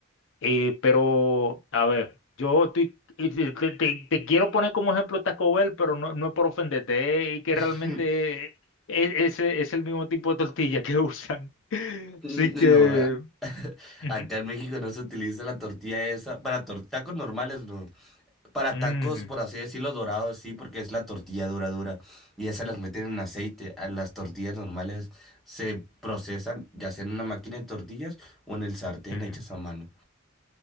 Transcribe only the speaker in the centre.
<laughs>
no,
a- <laughs>
acá en México no se utiliza la tortilla esa. Para tor- tacos normales, no. Para
tacos, por así decirlo, dorados, sí, porque es la tortilla dura, dura. Y esas las meten en aceite. A las tortillas normales se procesan, ya sea en una máquina de tortillas o en el sartén
hechas a mano.